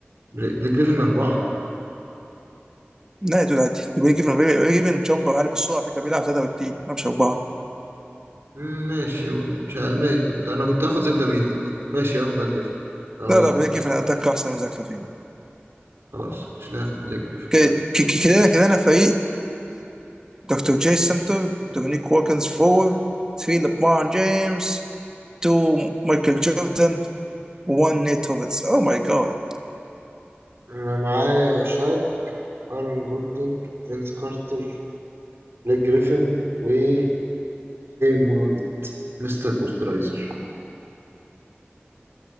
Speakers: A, on the right; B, on the right.
A: بل- بليك جريفن أربعة
B: لا يا دود عادي بري جيفن بري جيفن جامبر عالي بالسرعه على فكره بيلعب 33 مش اربعه
A: مم، ماشي مش ه... ماشي كنت أنا كنت هاخد زاك لافين والله ماشي هاخد بلاك جريفن لو
B: لا
A: يلعب
B: لا بري
A: في اتنين
B: جيفن اتاك احسن من زاك لافين
A: خلاص مش هناخد بلاك جريفن
B: ك-
A: ماله
B: ك- ك- كده كده انا فريقي دكتور جاي سنتر دومينيك ووكنز فور 3 لبرون جيمس 2 مايكل جوردن 1 نيت روبنز اوه ماي جاد
A: أنا معايا شاك أرون جوردن فينس كارتر بليك جريفن وشاي موران مستر بوسترايزر